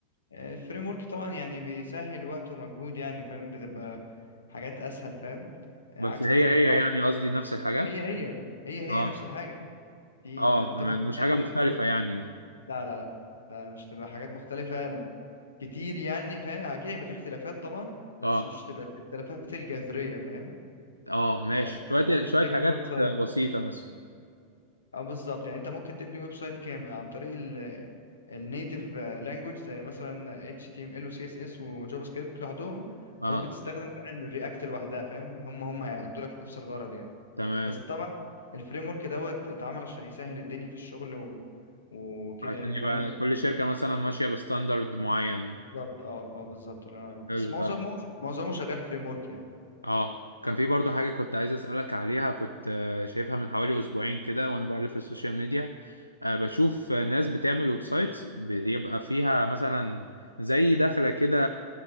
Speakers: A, on the left; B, on the left.
A: الفريم ورك طبعا يعني بيسهل وقت ومجهود يعني فاهم بتبقى حاجات اسهل فاهم عكس
B: بس هي
A: مثلا
B: هي
A: ما يقعد
B: يعني قصدي نفس الحاجات
A: هي هي هي
B: اه
A: هي نفس الحاجه في
B: اه
A: يعني
B: تمام
A: انت ممكن
B: مش
A: تقعد
B: حاجة
A: تبني
B: مختلفة
A: ويب
B: يعني
A: لا لا لا لا مش تبقى حاجات مختلفه كتير يعني فاهم اكيد هيبقى في اختلافات طبعا بس
B: اه
A: مش تبقى الاختلافات الجذريه فاهم
B: اه ماشي
A: يعني أنت
B: شوية
A: ممكن
B: شوية
A: تبني
B: حاجات
A: ويب سايت
B: بسيطة مثلا
A: اه بالظبط يعني انت ممكن تبني ويب سايت كامل عن طريق النيتيف لانجوج زي مثلا HTML و CSS وجافا سكريبت لوحدهم
B: اه
A: وممكن تستخدم بقى الرياكت لوحدها فاهم هم هم هيأدوا لك نفس الغرض يعني
B: تمام
A: بس طبعا الفريم ورك دوت اتعمل عشان يسهل الدنيا في الشغل و... وكده
B: عشان
A: يعني فاهمه
B: يبقى كل شركة مثلا ماشية بستاندرد معين
A: بالظبط اه اه بالظبط الله ينور عليك
B: حلو
A: بس معظمه
B: طب
A: معظمه شغال فريم ورك يعني
B: اه كان في برضه حاجة كنت عايز أسألك عليها كنت آه، شايفها من حوالي أسبوعين كده وأنا بقلب في السوشيال ميديا آه، بشوف آه، ناس بتعمل ويب سايتس بيبقى فيها مثلا زي دخلة كده